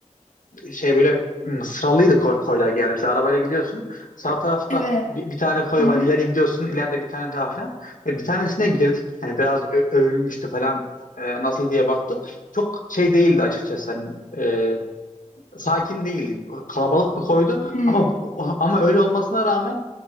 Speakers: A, on the left; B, on the left.
A: şey böyle hmm, sıralıydı koy- koylar geldi. Mesela arabayla gidiyorsun. Sağ tarafta
B: Evet.
A: bir, bir tane koy
B: Hı
A: var.
B: hı.
A: İleri gidiyorsun. ileride bir tane daha falan. Ve bir tanesine girdik. Yani biraz ö- övülmüştü falan. E, nasıl diye baktık. Çok şey değildi açıkçası. Hani, e, sakin değildi. Kalabalık bir koydu
B: Hı hı.
A: ama ama öyle olmasına rağmen